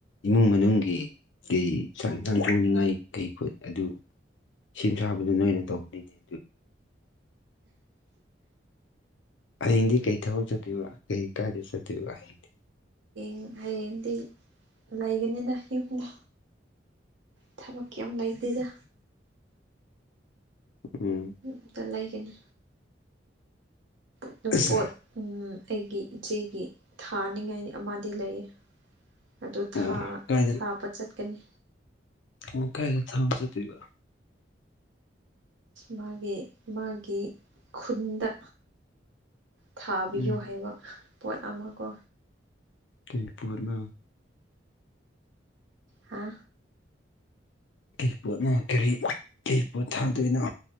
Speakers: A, on the left; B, on the right.
A: ꯏꯃꯨꯡ ꯃꯅꯨꯡꯒꯤ ꯀꯩ ꯆꯥꯛ ꯏꯟꯁꯥꯡ ꯊꯣꯛꯅꯤꯡꯉꯥꯏ ꯀꯩ ꯈꯨꯠ ꯑꯗꯨ ꯁꯦꯝ ꯁꯥꯕꯗꯨ ꯅꯣꯏꯅ ꯇꯧꯗꯣꯏꯅꯤ ꯍꯩꯌꯦꯡꯗꯤ ꯀꯩ ꯊꯕꯛ ꯆꯠꯇꯣꯏꯕ ꯀꯩ ꯀꯥꯏꯗ ꯆꯠꯇꯣꯏꯕ ꯍꯌꯦꯡꯗꯤ
B: ꯎꯝ ꯍꯌꯦꯡꯗꯤ ꯂꯩꯒꯅꯤꯗ ꯌꯨꯝꯗ ꯊꯕꯛ ꯀꯦꯝ ꯂꯩꯇꯦꯗ
A: ꯎꯝ
B: ꯑꯝꯇ ꯂꯩꯒꯅ ꯑꯗꯣ
A: ꯑꯁ
B: ꯄꯣꯠ ꯎꯝ ꯑꯩꯒꯤ ꯏꯆꯦꯒꯤ ꯊꯥꯅꯤꯡꯉꯥꯏ ꯑꯃꯗꯤ ꯂꯩꯌꯦ ꯑꯗꯨ ꯊꯥ
A: ꯑꯣ ꯀꯥꯏꯗ
B: ꯊꯥꯕ ꯆꯠꯀꯅꯤ
A: ꯎꯝ ꯀꯥꯏꯗ ꯊꯥꯕ ꯆꯠꯇꯣꯏꯕ
B: ꯃꯥꯒꯤ ꯃꯥꯒꯤ ꯈꯨꯟꯗ ꯊꯥꯕꯤꯌꯣ
A: ꯎꯝ
B: ꯍꯥꯏꯕ ꯄꯣꯠ ꯑꯃ ꯀꯣ
A: ꯀꯩ ꯄꯣꯠꯅꯣ
B: ꯍꯥ
A: ꯀꯩ ꯄꯣꯠꯅꯣ ꯀꯔꯤ ꯀꯩ ꯄꯣꯠ ꯊꯥꯗꯣꯏꯅꯣ